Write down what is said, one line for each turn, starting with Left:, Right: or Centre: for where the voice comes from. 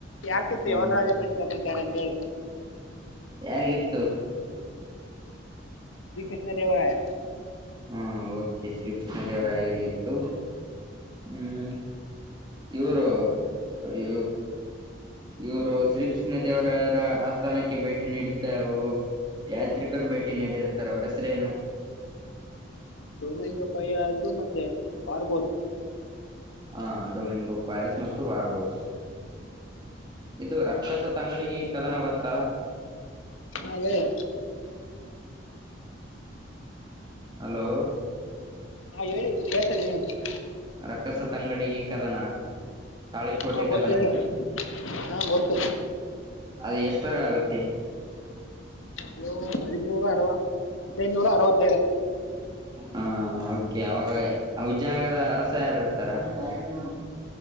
Left: ಯಾಕಿತ್ತು
Right: ಹ್ಮ
Left: ಯವನ ರಾಜೆ ಪ್ರಸ್ತಾಪನೆ. ಕಾರೆಂತ ಹೇಳ.
Right: ಯಾರಿಗಿತ್ತು?
Left: ಶ್ರೀ ಕೃಷ್ಣ ದೇವರಾಯ.
Right: ಹಾ ಓ. ಕೆ ಶ್ರೀ ಕೃಷ್ಣ ದೇವರಾಯರಿಗ್ ಇತ್ತು ಹ್ಮ್ ಇವರು ಇವ ಇವರು ಶ್ರೀ ಕೃಷ್ಣ ದೇವರ ಆಸ್ಥಾನಕ್ಕೆ ಭೇಟಿ ನೀಡಿದ್ದ ಒಬ್ಬ ಯಾತ್ರಿಕರು ಭೇಟಿ ನೀಡಿರ್ತಾರೆ ಅವ್ರ ಹೆಸರೆನು?
Left: ರೋಮಂಗ ಪಯಾಜು ಮತ್ತೆ ಬಾರ್ಬೋಸ್.
Right: ಹಾ ಡೊಮೆಂಗು ಪಾಯಸ್ ಮತ್ತು ಬಾರ್ಬಸ್ ಇದು ರಕ್ಕಸ ತಂಗಡಿಗೆ ಕದನ ಗೊತ್ತಾ?
Left: ಹಾ ಹೇಳಿ.
Right: ಹಲೋ
Left: ಹಾ ಹೇಳಿ ಕೇಳ್. <unintelligible>
Right: ರಕ್ಕಸ ತಂಗಡಿಗೆ ಕದನ. ತಾಳಿ ಕೋಟೆ
Left: ಹಾ
Right: ಕದನ.
Left: ಗೊತ್ತು ಹೇಳಿ ಹಾ ಗೊತ್ತು
Right: ಅದು ಎಷ್ಟರಾಗ್ ಆಗುತ್ತೆ?
Left: ಅದು ಹದಿಮೂರ ಅರವಾ. ಹದಿನೈದುನೂರ ಅರವ
Right: ಹಾ ಓಕೆ ಅವಾಗ ಆ ವಿಜಯನಗರ ಅರಸ ಯಾರು ಇರ್ತಾರ ಮಾತಾಡಂತ